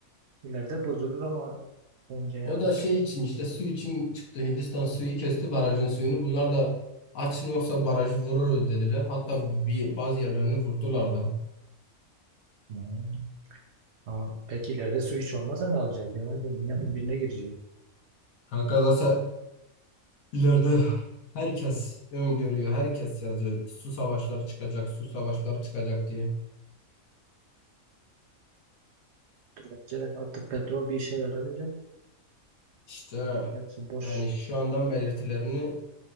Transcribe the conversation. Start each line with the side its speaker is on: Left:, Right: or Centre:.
Right: İleride bozulur ama önce ya.
Left: O da şey için işte su için çıktı Hindistan suyu kesti barajın suyunu. Bunlar da açın yoksa barajı vururuz dediler. Hatta bir bazı yerlerini vurdular da.
Right: Hmm. Ama peki ileride su hiç olmazsa ne olacak? Yani dünya birbirine girecek.
Left: Kanka zaten İleride herkes öngörüyor, herkes yazıyor. Su savaşları çıkacak, su savaşları çıkacak diye.
Right: Bence de artık petrol bir işe yaramayacak.
Left: İşte
Right: Hepsi boş.
Left: yani şu andan belirtilerini